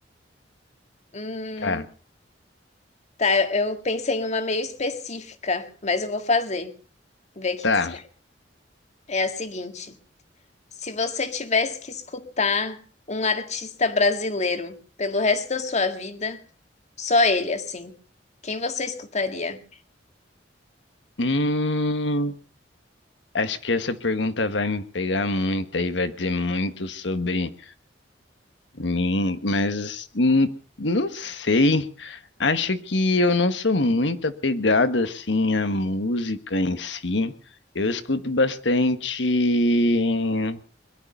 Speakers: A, on the left (about 40°); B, on the left (about 75°).
A: Hum,
B: Tá,
A: tá, eu pensei em uma meio específica, mas eu vou fazer. Ver o que
B: tá.
A: que você acha. É a seguinte: se você tivesse que escutar um artista brasileiro pelo resto da sua vida, só ele, assim, quem você escutaria?
B: Hum, acho que essa pergunta vai me pegar muito aí, vai dizer muito sobre mim, mas hum, não sei. Acho que eu não sou muito apegado assim à música em si. Eu escuto bastante.